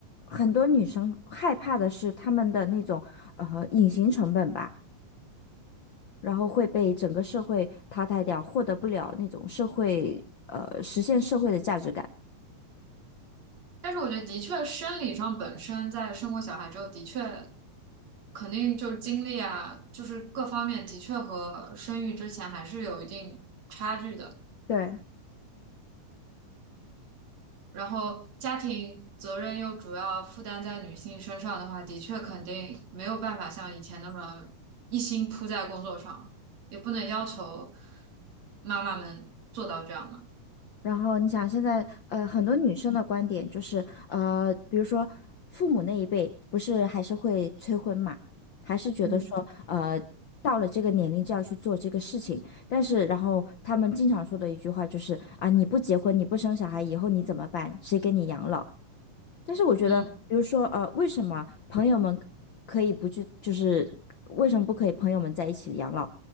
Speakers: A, on the left; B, on the right.
A: 很多女生害怕的是她们的那种呃隐形成本吧，然后会被整个社会淘汰掉，获得不了那种社会呃实现社会的价值感。
B: 但是我觉得的确，生理上本身在生过小孩之后，的确肯定就是精力啊，就是各方面的确和生育之前还是有一定差距的。
A: 对。
B: 然后家庭责任又主要负担在女性身上的话，的确肯定没有办法像以前那么一心扑在工作上，也不能要求妈妈们做到这样嘛。
A: 然后你想，现在呃，很多女生的观点就是，呃，比如说父母那一辈，不是还是会催婚嘛，还是觉得说，
B: 嗯，
A: 呃，到了这个年龄就要去做这个事情。但是，然后他们经常说的一句话就是，啊，你不结婚，你不生小孩，以后你怎么办？谁给你养老？但是我觉得，
B: 嗯
A: 比如说，呃，为什么朋友们可以不去，就是为什么不可以朋友们在一起养老，